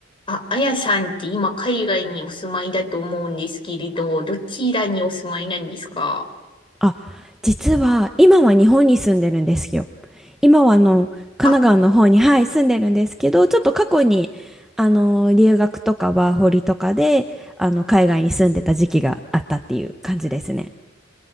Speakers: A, on the left; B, in the centre.
A: あ、あやさんって今海外にお住まいだと思うんですけれど、どちらにお住まいなんですか
B: あ、実は今は日本に住んでるんですよ。今はあの神奈川の方に、
A: あ、
B: はい、住んでるんですけど、ちょっと過去にあの留学とかワーホリとかであの海外に住んでた時期があったっていう感じですね。